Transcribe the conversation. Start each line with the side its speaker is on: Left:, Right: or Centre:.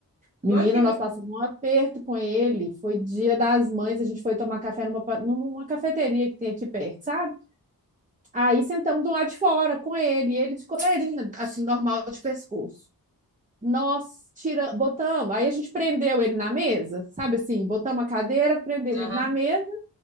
Right: Menina,
Left: Doido que.
Right: nós
Left: Gab-
Right: passamos um aperto com ele. Foi dia das mães, a gente foi tomar café numa, pa- numa cafeteria que tem aqui perto, sabe? Aí sentamos do lado de fora com ele, e ele de coleirinha, assim, normal de pescoço. nós tira, botamos, aí a gente prendeu ele na mesa, sabe assim, botamos a cadeira, prendemos
Left: Aham.
Right: ele na mesa,